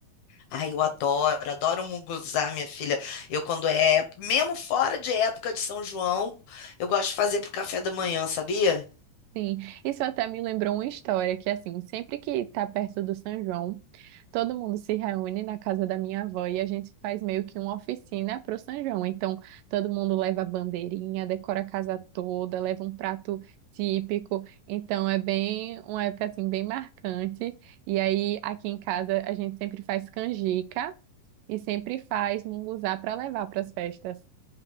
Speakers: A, on the left; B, on the right.
A: Ai, eu adoro, adoro munguzá, minha filha. Eu, quando é, ép- mesmo fora de época de São João, eu gosto de fazer pro café da manhã, sabia?
B: Sim, isso até me lembrou uma história que assim, sempre que tá perto do São João, todo mundo se reúne na casa da minha avó e a gente faz meio que uma oficina pro São João. Então, todo mundo leva a bandeirinha, decora a casa toda, leva um prato típico. Então, é bem uma época assim bem marcante. E aí aqui em casa a gente sempre faz canjica. e sempre faz munguzá para levar para as festas.